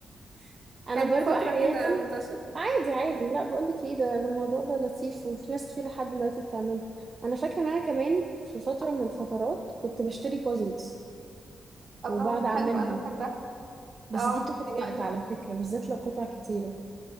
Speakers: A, on the right (about 30°); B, on the right (about 50°).
A: <laughs> أنا
B: كانت
A: برضو
B: فترة
A: أحيانا
B: كده منتشرة
A: عادي عادي لأ بقولك إيه ده ده الموضوع ده لطيف وفي ناس كتير لحد دلوقتي بتعمله أنا فاكرة إن أنا كمان في فترة من الفترات كنت بشتري بازلز وبقعد
B: الله
A: اعملها
B: حلو أنا بحبها
A: بس
B: اه
A: دي بتاخد
B: دي
A: وقت
B: جميلة
A: على فكرة بالذات لو قطع كتيرة